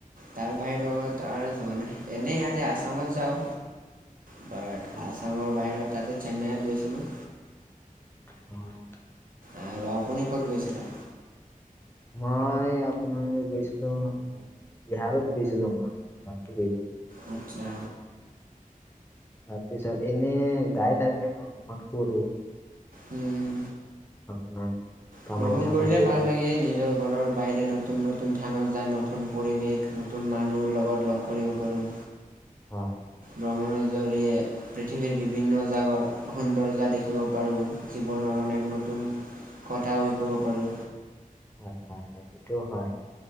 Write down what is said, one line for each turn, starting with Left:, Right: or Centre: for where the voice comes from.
Right: তাৰ বাহিৰত আৰু যোৱা নাই এনেই ইয়াতে আছামত যাওঁ। বাট
Left: হয়,
Right: আছামৰ বাহিৰত তাতে চেন্নাইত গৈছিলোঁ।
Left: হয়।
Right: আৰু আপুনি ক'ত গৈছিলে?
Left: মই আপোনাৰ গৈছিলো বিহাৰত গৈছিলো, মই তাত ফুৰিব।
Right: আতচ্ছা।
Left: পিছত এনে যায় থাকে ন ক'ৰবাত <unintelligible>
Right: উম, উম।
Left: আপোনাৰ কামাখ্যা
Right: ভ্ৰমণ কৰিলে
Left: মন্দিৰত
Right: ভাল লাগে নিজৰ ঘৰৰ বাহিৰে নতুন, নতুন থানত যায় নতুন পৰিৱেশ, নতুন মানুহ লগত লগ কৰিব পাৰোঁ।
Left: অ'।
Right: ভ্ৰমণৰ জৰিয়ে পৃথিৱীৰ বিভিন্ন জাগৰ সৌন্দৰ্য দেখিব পাৰোঁ জীৱনৰ নতুন কথা কৈ ক'ব পাৰো।
Left: হয়, হয়, হয় সেইটো হয়।